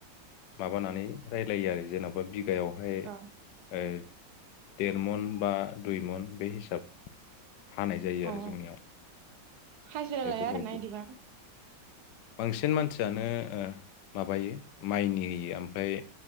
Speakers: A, on the left; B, on the right.
A: माबानानै रायलायो आरो जेनबा बिगायावहाय
B: अ
A: ओ देर मन बा दुइ मन बे हिसाबै। हानाय जायो आरो
B: अ
A: जोंनियाव
B: हाजिरा
A: बेफोरबायदि।
B: लाया आरोना इदिबा
A: बांसिन मानसियानो ओ माबायो माइनि ओमफ्राय